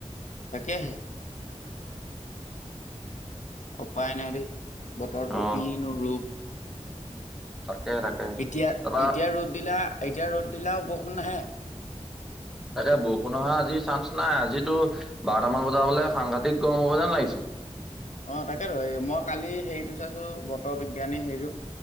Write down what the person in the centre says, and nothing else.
অ'
তাকে তাকে।
তাৰপা
তাকে বৰষুণ অহা আজিৰ চান্স নাই আজিতো বাৰটামান বজা হলে সাংঘাটতিক গৰম হব যেন লাগিছে।